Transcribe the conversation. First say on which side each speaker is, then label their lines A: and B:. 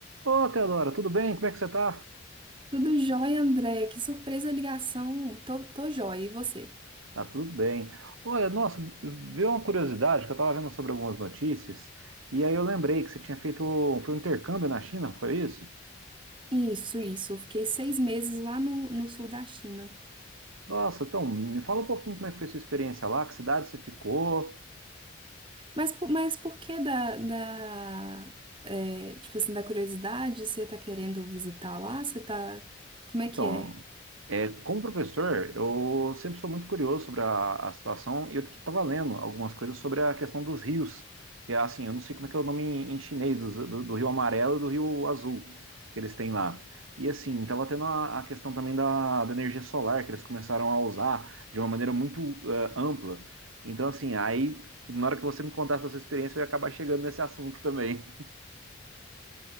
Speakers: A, on the right; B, on the right.
A: Ô, Teodora, tudo bem? Como é que você tá?
B: Tudo jóia, André. Que surpresa a ligação. Tô, tô jóia. E você?
A: Tá tudo bem. Olha, nossa, veio uma curiosidade que eu tava vendo sobre algumas notícias, e aí eu lembrei que você tinha feito, foi um intercâmbio na China, foi isso?
B: Isso, isso. Eu fiquei seis meses lá no, no sul da China.
A: Nossa, então, me fala um pouquinho como é que foi a sua experiência lá, que cidade você ficou,
B: Mas, por- mas por que da, da, é, tipo assim, da curiosidade? Você tá querendo visitar lá? Você tá... Como é
A: Então,
B: que é?
A: é, como professor, eu sempre sou muito curioso sobre a, a situação e eu estava lendo algumas coisas sobre a questão dos rios. E assim, eu não sei como é que é o nome em, em chinês, dos- do, do Rio Amarelo e do Rio Azul que eles têm lá. E assim, estava tendo a, a questão também da, da energia solar, que eles começaram a usar de uma maneira muito eh, ampla. Então, assim, aí, na hora que você me contasse a sua experiência, eu ia acabar chegando nesse assunto também. <laughs>